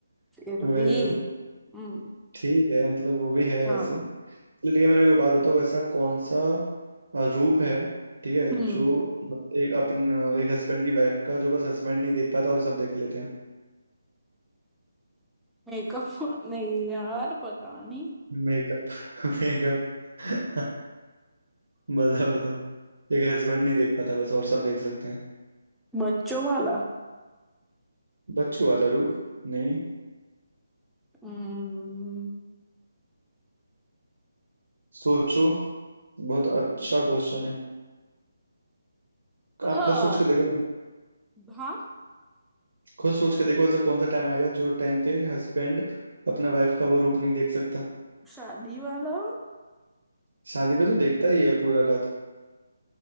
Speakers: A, in the centre; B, on the right.
A: फिर
B: वही
A: भी
B: तो
A: हम्म
B: ठीक है मतलब वो भी है
A: चलो
B: वैसे ठीक है मेरे को एक बात बताओ ऐसा कौन सा अ, रूप है ठीक है
A: हम्म
B: जो एक अपन अ, एक हस्बैंड की वाइफ का जो बस हस्बैंड नहीं देख पाता और सब देख लेते हैं
A: मेकअप नहीं यार पता नहीं
B: मेकअप <laughs> मेकअप <laughs> बताओ बताओ एक हस्बैंड नहीं देख पाता बस और सब देख सकते हैं
A: बच्चों वाला
B: बच्चों वाला रूप नहीं
A: हम्म
B: सोचो बहुत
A: हम्म,
B: अच्छा क्वेश्चन है आप
A: हाँ
B: खुद सोच के देखो ना
A: हाँ
B: खुद सोच के देखो ऐसा कौन सा टाइम आएगा जो टाइम पे हस्बैंड अपना वाइफ का वो रूप नहीं देख सकता
A: शादी वाला
B: शादी पे तो देखता ही है पूरा रात